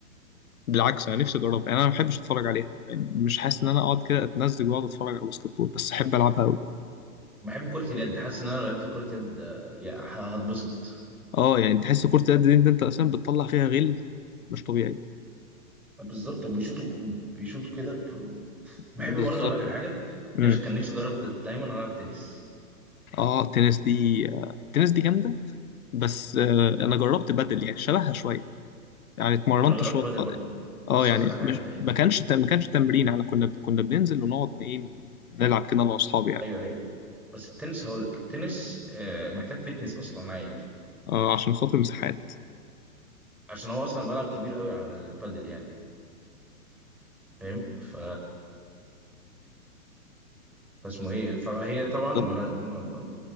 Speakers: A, on the left (about 70°); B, in the centre.
A: بالعكس انا نفسي اجربها يعني انا ما بحبش اتفرج عليها يعني مش حاسس ان انا اقعد كده اتمزج واقعد اتفرج على باسكت بول بس احب العبها قوي
B: بحب كرة اليد حاسس ان انا لو لعبت كرة يد آه، يعني ه- هتبسط
A: اه يعني تحس كرة اليد دي انت انت اصلا بتطلع فيها غل مش طبيعي
B: بالظبط وبيشوطوا بيشوطوا كده ب... بحب
A: بالظبط
B: برضه اقول لك على حاجة
A: امم
B: نفسي كان نفسي اجرب د- دايما العب تنس
A: اه التنس دي آه، التنس دي جامده بس آه انا جربت بدل يعني شبهها شويه يعني اتمرنت
B: ما انا جربت
A: شويه ف-
B: بدل برضه
A: اه
B: بس
A: يعني
B: اقول لك على حاجة
A: مش ما كانش ت- ما كانش تمرين احنا كنا كنا بننزل ونقعد ايه نلعب كده انا واصحابي يعني
B: ايوه ايوه بس التنس هقول لك التنس آه، محتاج فتنس اصلا عالي
A: آه عشان خاطر المساحات
B: عشان هو اصلا ملعب كبير قوي عن البادل يعني فاهم ف فاسمه ايه فهي
A: بالظبط
B: طبعا ملا... م... م-